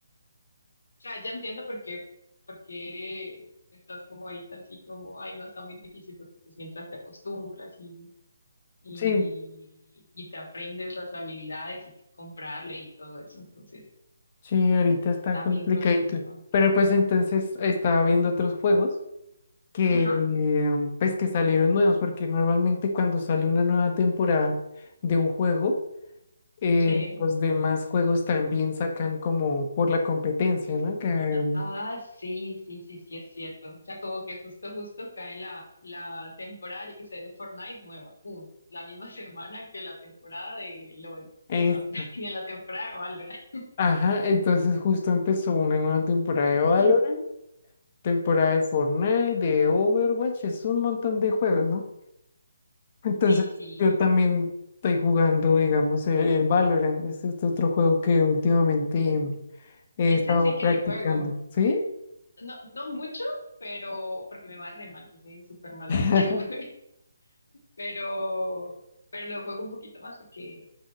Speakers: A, on the left; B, on the left.
A: sea, ya entiendo por qué, por qué estás como ahorita así como, ay, no, está muy difícil porque pues mientras te acostumbras y, y,
B: Sí.
A: y te aprendes las habilidades y qué comprarle y todo eso, entonces
B: Sí, ahorita está
A: está
B: complicadito.
A: bien complicado.
B: Pero pues entonces estaba viendo otros juegos que
A: Ajá,
B: pues que salieron nuevos, porque normalmente cuando sale una nueva temporada de un juego, eh,
A: sí.
B: los demás juegos también sacan como por la competencia, ¿no? Que, um,
A: Ah, sí, sí, sí, sí, es cierto. O sea, como que justo, justo cae la, la temporada, yo qué sé, de Fortnite nueva, pum, la misma <laughs> semana que la temporada de LOL,
B: eso.
A: que la, <laughs> que la temporada de Valorant.
B: Ajá, entonces justo empezó una nueva temporada de Valorant,
A: <clears throat>
B: temporada de Fortnite, de Overwatch, es un montón de juegos, ¿no? Entonces,
A: Sí, sí.
B: yo también estoy jugando, digamos, el, el Valorant. Es este otro juego que últimamente he
A: Ese
B: estado
A: sí que
B: practicando.
A: lo juego.
B: ¿Sí?
A: No, no mucho, pero porque me va re mal, yo soy súper mala
B: <laughs>
A: en ese <laughs> juego. Pero, pero lo juego un poquito más porque